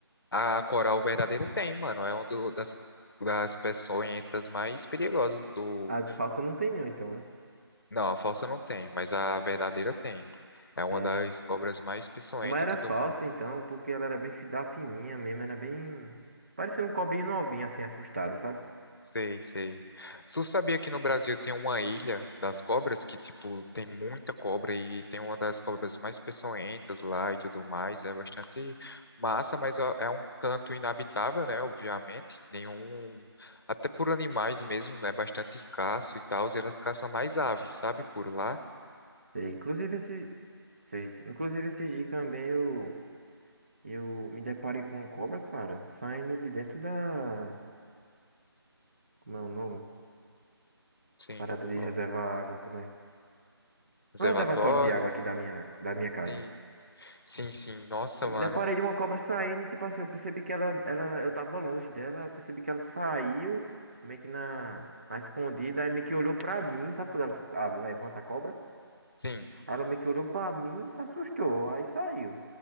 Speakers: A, on the left (about 60°); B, on the right (about 30°).
A: A coral verdadeira tem, mano. É uma do- das, das peçonhentas mais perigosas do.
B: A falsa não tem, não, então, né?
A: Não, a falsa não tem, mas a verdadeira tem. É uma
B: É.
A: das cobras mais peçonhentas
B: É, Mas era
A: e tudo
B: falsa então, porque ela era bem fi- da fininha mesmo, era bem. Parecia um cobrinho novinho, assim, assustado, sabe?
A: Sei, sei. Você sabia que no Brasil tem uma ilha das cobras que, tipo, tem muita cobra e tem uma das cobras mais peçonhentas lá e tudo mais. É bastante massa, mas ó, é um canto inabitável, né? Obviamente. Nenhum. Até por animais mesmo, é bastante escasso e tal. e Elas caçam mais aves, sabe? Por lá.
B: Sei, Inclusive esse. sei, sei. Inclusive esse dia também eu. Eu me deparei com uma cobra, cara, saindo de dentro da. Como é o nome?
A: Sim.
B: Parada de
A: ó,
B: reservar água, como é?
A: Reservatório.
B: No reservatório de água aqui da minha, da minha casa.
A: Sim. Sim, sim. Nossa,
B: Eu me
A: mano.
B: deparei de uma cobra saindo e, tipo assim, eu percebi que ela, ela, eu tava longe dela, eu percebi que ela saiu, meio que na, na escondida, aí meio que olhou pra mim, sabe quando ela ah, levanta a cobra?
A: Sim.
B: Aí Ela meio que olhou pra mim e se assustou, aí saiu.